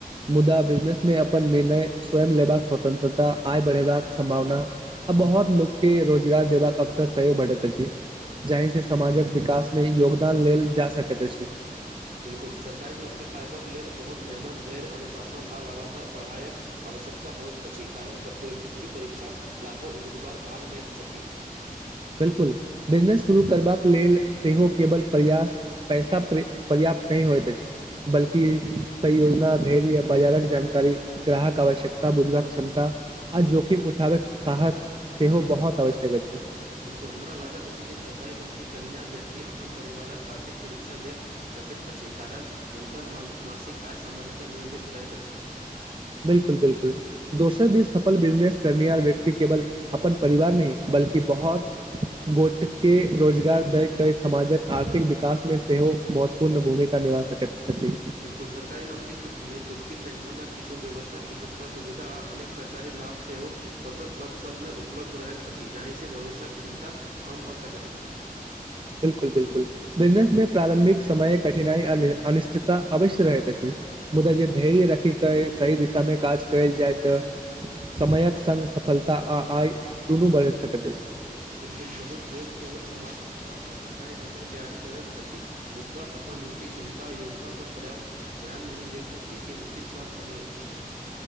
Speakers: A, on the right; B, on the right.
A: मुदा बिजनेस में अपन निर्णय स्वयं लेबाक स्वतंत्रता आय बढ़ेबाक सम्भावना आ बहुत लोकके रोजगार देबाक अवसर सेहो भेटैत अछि जाहि से समाजक विकास में योगदान लेल जा सकैत अछि
B: बिलकुल सरकारी नौकरी पायबाक लेल बहुत मेहनत धर्य अनुशासन आ लगातार पढ़ाईक अभ आवश्यकता होइत अछि कारण प्रत्योगिकी परीक्षा लाखो उ्मीदवार भाग लेत छथि
A: बिलकुल बिजनेस शुरू करबाक लेल सेहो केवल प्रयास पैसा प्रयास नहि होइत अछि बल्कि संयोजना धैर्य बाजारक जानकारी ग्राहक आवश्यकता बुझबाक क्षमता आ जोखिम उठाबे के साहस सेहो बहुत आवश्यक अछि
B: बिलकुल हमरा लागत अछि जे सरकारी नौकरी कहिनार व्यक्ति अपन परिवारक आर्थिक सुरक्षा देत सकैत अछि कारण हुनकर म मासिक आय सामान्यतः नियमित रहैत अछि
A: बिलकुल बिलकुल दोस्त दि सफल बिजनेस करनिहार व्यक्ति केवल अपन परिवार नहि बल्कि बहुत गोट के रोजगार दय कर समाजक आर्थिक विकास में सेहो महत्वपूर्ण भूमिका निभा सकैत छथि
B: बिलकुल सरकारी नौकरी छूट में छुट पेंशनक किछु व्यवस्था चिकित्सा सुविधा आ अनेक सरकारी लाभ सेहो कतक पद सबमें उप उलब्ध रहैत अछि जाहि से भविष्यक चिन्ता कम भ सक
A: बिलकुल बिलकुल बिजनेस में प्रारंभिक समय कठिनाई आ अनिश्चितता अवश्य रहैत अछि मुदा जे धैर्य की कहे सही दिशा मे काज कयल जाय त समयक संग सफलता आ आय दुनू बढ़ि सकैत अछि
B: बिल्कुल बहुत गोट केवल समाजक दबाव में सरकारी नौकरी तैयारी करैत अछि मुद्दा अपन रुचि क्षमता योग्यता पर्याप्त ध्यान नहि देैत अछि जे उचित बात नहि अछि <inaudible>